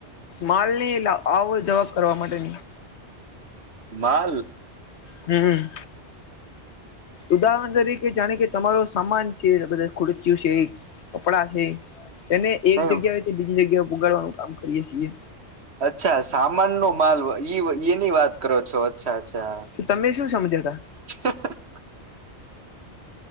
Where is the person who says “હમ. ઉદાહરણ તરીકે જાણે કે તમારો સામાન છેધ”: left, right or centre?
Left